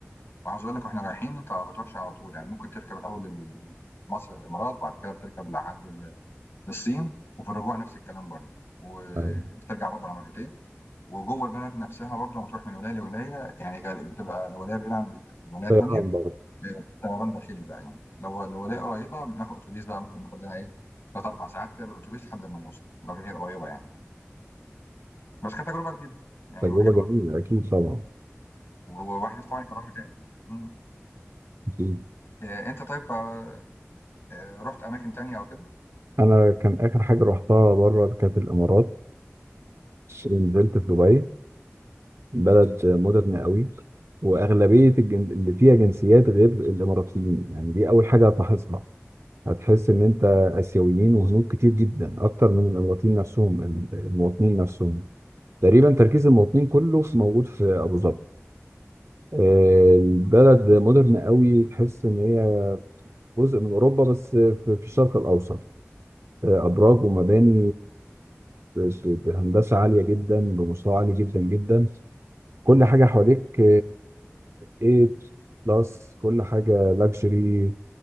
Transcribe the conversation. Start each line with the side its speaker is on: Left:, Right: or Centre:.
Left: وعاوز اقول لك واحنا رايحين انت ما بتروحش على طول يعني ممكن تركب الاول مصر الامارات وبعد كده بتركب لحد للصين وفي الرجوع نفس الكلام برضه وبترجع
Right: أيوة.
Left: برضه على مرتين وجوه البلد نفسها برضه لما تروح من ولايه لولايه يعني غال- بتبقى لو ولايه بعيده عن الولايه
Right: طيران
Left: التانيه
Right: برضه
Left: آه، طيران داخلي بقى يعني لو لو ولايه قريبه بناخد اتوبيس بقى ممكن ناخد لنا ايه ثلاث اربع ساعات كده بالاتوبيس لحد ما نوصل لو هي قريبه يعني بس كانت تجربه جديده يعني
Right: تجربة
Left: وحلوه
Right: جميلة أكيد طبعا
Left: وواحد نفسه طبعا يكررها تاني يعني. مم.
Right: أكيد
Left: آه، انت طيب آه، آه، رحت اماكن تانيه او كده
Right: أنا كان آخر حاجة رحتها بره كانت الإمارات نزلت في دبي بلد مودرن قوي وأغلبية الجن... اللي فيها جنسيات غير الإماراتيين يعني دي أول حاجة هتلاحظها هتحس إن أنت آسيويين وهنود كتير جدا أكتر من الإماراتيين نفسهم المواطنين نفسهم تقريبا تركيز المواطنين كله في موجود في ابو ظبي آه، البلد
Left: مم.
Right: مودرن قوي تحس ان هي جزء من اوروبا بس في في الشرق الاوسط آه، ابراج ومباني ب- ب- بهندسه عاليه جدا بمستوى عالي جدا جدا كل حاجه حواليك ايه بلس كل حاجه لاكجري